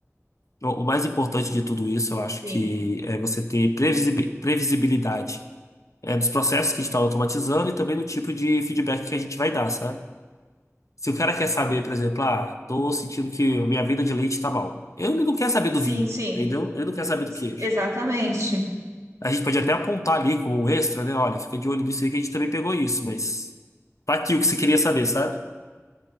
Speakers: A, on the left (about 75°); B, on the right (about 75°).
A: O o mais importante de tudo isso, eu acho
B: Sim,
A: que é você ter previsibi- previsibilidade, é, dos processos que a gente está automatizando e também do tipo de feedback que a gente vai dar, sabe? Se o cara quer saber, por exemplo, ah, tô sentindo que a minha vida de leite tá mal. Ele não quer saber do
B: sim,
A: vinho,
B: sim.
A: entendeu? Ele não quer saber do queijo.
B: Exatamente,
A: A gente pode até apontar ali como um extra, né? Olha, fica de olho nisso aí que a gente também pegou isso, mas tá aqui o que você queria saber, sabe?